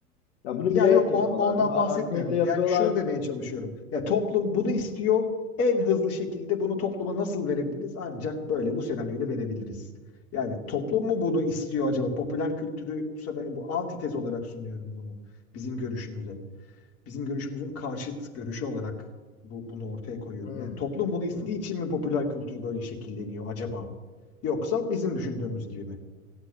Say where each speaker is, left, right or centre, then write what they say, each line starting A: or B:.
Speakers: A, on the left; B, on the left.
A: Ya bunu
B: Yani
A: bilerek
B: yok
A: yapıyorlar.
B: o- ondan
A: Bunu
B: bahsetmiyorum.
A: art niyetle yapıyorlar.
B: Yani şunu demeye çalışıyorum. Ya toplum bunu istiyor.
A: Hı,
B: En hızlı şekilde bunu topluma nasıl verebiliriz? Ancak böyle bu senaryoyla verebiliriz. Yani toplum mu bunu istiyor acaba? Popüler kültürü bu sefer bu antitez olarak sunuyorum bunu bizim görüşümüze. Bizim görüşümüzün karşıt görüşü olarak bu, bunu ortaya koyuyorum.
A: hı,
B: Yani toplum bunu istediği
A: hı.
B: için mi popüler kültür böyle şekilleniyor acaba? Yoksa bizim düşündüğümüz gibi mi?